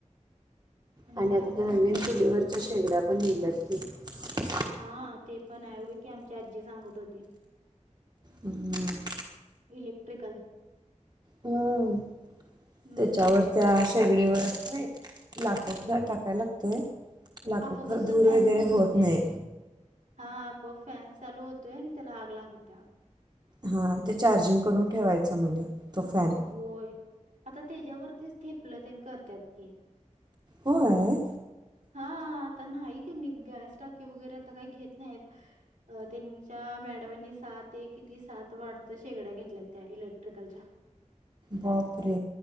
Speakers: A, on the right; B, on the right.
A: आणि
B: काय
A: आता
B: मग
A: का नवीन चुलीवरच्या शेगड्या पण लिहिल्यात <inaudible>
B: हा ते पण आहे हो की आमच्या आजी सांगत होती
A: हं.
B: इलेक्ट्रिकल
A: हम्म,
B: हम्म
A: त्याच्यावर
B: आपोआपच
A: त्या शेगडीवर नाही लाकूड काय टाकायला लागतंय लाकूड
B: आपोआपच
A: खरं धूर
B: तो फॅन
A: वगैरे
B: चालू
A: होत
B: होतोय.
A: नाही
B: हा आपोआप फॅन चालू होतोय आणि त्याला आग लागत्या.
A: हा ते चार्जिंग करून ठेवायचं म्हणे. तो फॅन
B: होय आता त्याच्यावरतीच ते आपल तेन करत्यात की.
A: होय?
B: हा. आता नाही त्यांनी गॅस टाकीे वगैरे आता काही घेत नाहीयेत. त्यांच्या मॅडमांनी सात एक किती सात वाटतं शेगड्या घेतल्या त्या इलेक्ट्रिकलच्या.
A: बाप रे